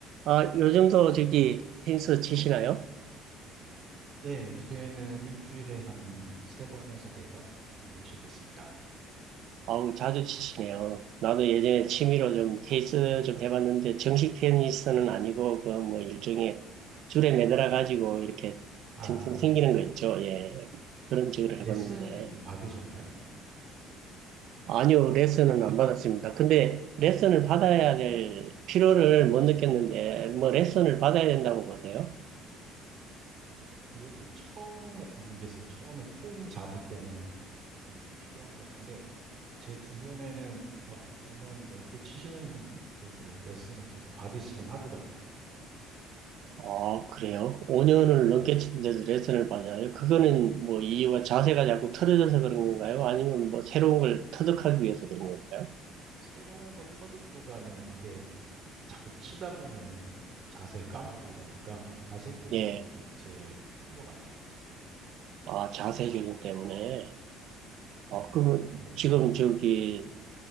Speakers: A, on the right (about 60°); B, on the right (about 40°).
A: 아, 요즘도 저기 테니스 치시나요?
B: 네, 요새는 일주일에 한 세 번에서 네 번 정도 치고 있습니다.
A: 아우, 자주 치시네요. 나도 예전에 취미로 좀 테니스 좀 해봤는데, 정식 테니스는 아니고, 그 뭐 일종의 줄에 매달아가지고 이렇게
B: 아,
A: 튕튕 튕기는 거 있죠. 예. 그런 식으로
B: 레슨도
A: 해봤는데.
B: 받으셨나요?
A: 아니요, 레슨은 안 받았습니다. 근데 레슨을 받아야 될 필요를 못 느꼈는데, 뭐 레슨을 받아야 된다고 보세요?
B: 그래도 처음에, 모르겠어요. 처음에 폼 잡을 때는 조금 필요한 것 같은데, 제 주변에는 막 5년 넘게 치시는 분들도 레슨을 계속 받으시긴 하더라고요.
A: 아, 그래요? 5년을 넘게
B: 네,
A: 친데도 레슨을 받아요? 그거는 뭐 이유가 자세가 자꾸 틀어져서 그런 건가요? 아니면 뭐 새로운 걸 터득하기 위해서 그런 건가요?
B: 새로운 거 터득보다는 이게 자꾸 치다 보면은 자세 까먹고 이러니까 자세 교정이
A: 예.
B: 제일 큰 것 같아요.
A: 아, 자세 교정 때문에.
B: 네,
A: 아, 그러면
B: 그리고
A: 지금 저기,